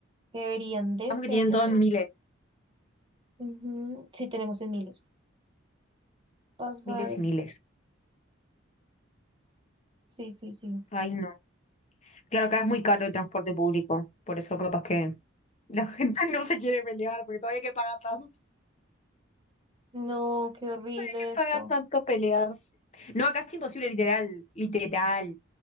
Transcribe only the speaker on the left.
Vamos
que tienen
todo
en
miles,
miles y miles.
Ay, no. Claro, acá es muy caro el transporte público, por eso capaz que la gente <laughs> no se quiere pelear, porque todavía que paga tanto,
que
paga tanto pelearse. No, acá es imposible, literal, literal.